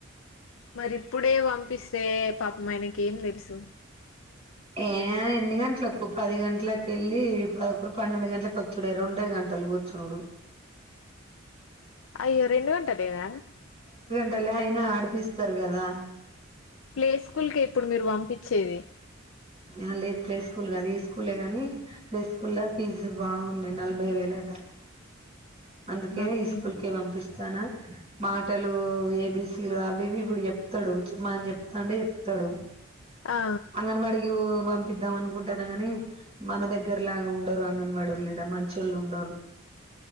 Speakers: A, on the left; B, on the right.
A: మరిప్పుడే పంపిస్తే పాపం ఆయనకి ఏం తెలుసు
B: ఏ ఎన్ని గంటలకు పది గంటలకెళ్ళి పదకొండు పన్నెండు గంటలలకు వచ్చుడే రెండో గంటలు కూర్చుండు
A: అయ్యో రెండు గంటలేనా
B: అట్టలే అయినా ఆడిపిస్తారు కదా
A: ప్లే స్కూల్ కే ఇప్పుడు మీరు పంపించేది
B: ఆ లేదు ప్లే స్కూల్ కాదు ఈ స్కూలే కాని ప్లే స్కూల్ లో ఫీజులు బాగున్నాయి నలభై వేల కట్టాలి అందుకే
A: నాకు
B: ఈ స్కూల్ కి పంపిస్తానా మాటలూ ఏబీసీలు అవివి ఇప్పుడు చెప్తాడు చిమాని చెప్తాంటే చెప్తాడు
A: ఆ
B: అంగన్వడికి పం పంపిద్దాం అనుకుంటాను గాని మన దగ్గర లాగా ఉండరు అంగన్వాడోళ్ళు ఇడ మంచోళ్ళు ఉండరు